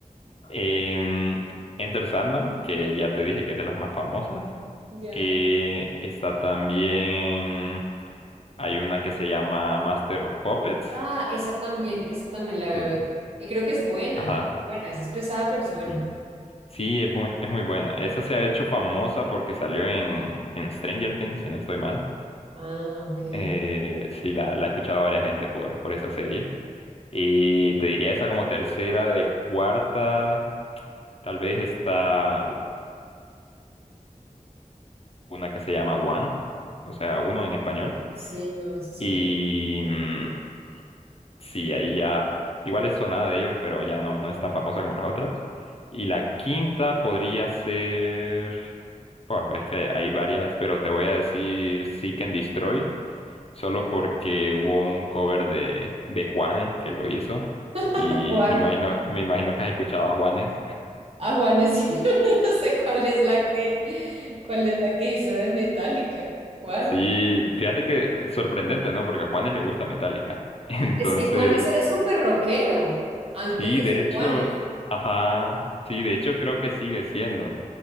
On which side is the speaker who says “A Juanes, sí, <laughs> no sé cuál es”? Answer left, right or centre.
Right